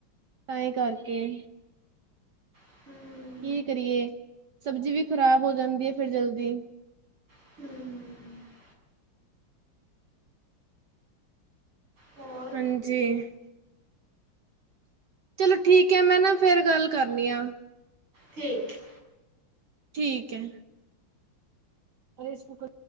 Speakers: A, on the right; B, on the right.
A: ਤਾਈ ਕਰਕੇ,
B: <unintelligible>
A: ਕੀ ਕਰੀਏ, ਸਬਜ਼ੀ ਵੀ ਖ਼ਰਾਬ ਹੋ ਜਾਂਦੀ ਹੈ ਫੇਰ ਜਲਦੀ,
B: <unintelligible> ਹੋਰ
A: ਹਾਂਜੀ ਚਲੋ ਠੀਕ ਹੈ ਮੈਂ ਨਾ ਫੇਰ ਗੱਲ ਕਰਨੀ ਆ।
B: ਠੀਕ ਆ।
A: ਠੀਕ ਹੈ। ਫੇਸਬੁੱਕ,